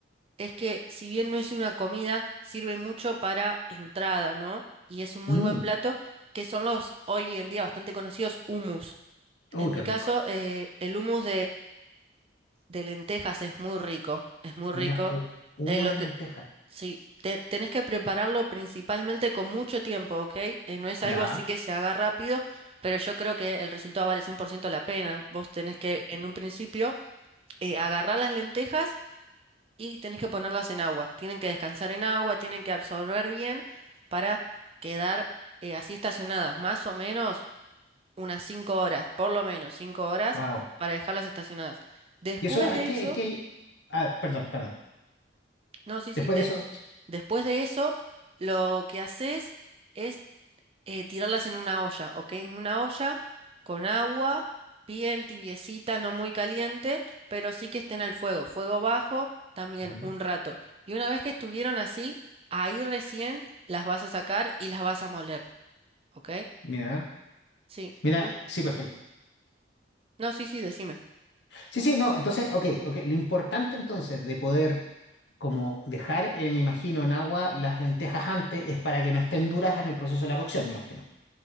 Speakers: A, on the right; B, on the left.
A: es que si bien no es una comida, sirve mucho para entrada, ¿no? Y es un muy
B: Mm,
A: buen plato, que son los hoy en día bastante conocidos hummus.
B: uy,
A: En
B: qué
A: mi
B: rico.
A: caso, eh, el hummus de lentejas es muy rico, es muy rico.
B: Mira, uh, humo
A: Eh, lo
B: de
A: que,
B: lenteja.
A: sí, te- tenés que prepararlo principalmente con mucho tiempo, ¿ok? Eh, no es algo
B: Ya.
A: así que se haga rápido, pero yo creo que el resultado vale 100% la pena. Vos tenés que, en un principio, eh, agarrar las lentejas y tenés que ponerlas en agua. Tienen que descansar en agua, tienen que absorber bien para quedar eh, así estacionadas, más o menos unas 5 horas, por lo menos cinco horas
B: Wow.
A: para dejarlas estacionadas. Después
B: Y eso, hay
A: de
B: que,
A: eso...
B: hay que... Ah, perdón, perdón.
A: No, sí, sí.
B: Después
A: de-
B: de eso,
A: después de eso, lo que haces es eh, tirarlas en una olla, ¿ok? En una olla con agua, bien tibiecita, no muy caliente, pero sí que estén al fuego, fuego bajo, también
B: Ujú.
A: un rato. Y una vez que estuvieron así, ahí recién las vas a sacar y las vas a moler, ¿ok?
B: mira,
A: Sí.
B: mira,
A: un-
B: sí, perfecto.
A: No, sí, sí, decime.
B: Sí, sí, no, entonces, ok, ok. Lo importante entonces de poder como dejar, eh, me imagino, en agua las lentejas antes es para que no estén duras en el proceso de la cocción, me imagino.